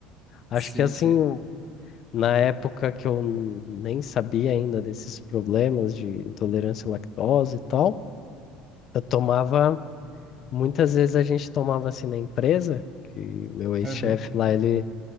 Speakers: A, on the left (about 55°); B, on the right (about 35°).
A: Acho
B: Sei,
A: que assim,
B: sei.
A: o- na época que eu n- nem sabia ainda desses problemas de intolerância à lactose e tal, eu tomava Muitas vezes a gente tomava assim na empresa, que meu ex-chefe
B: Aham.
A: lá, ele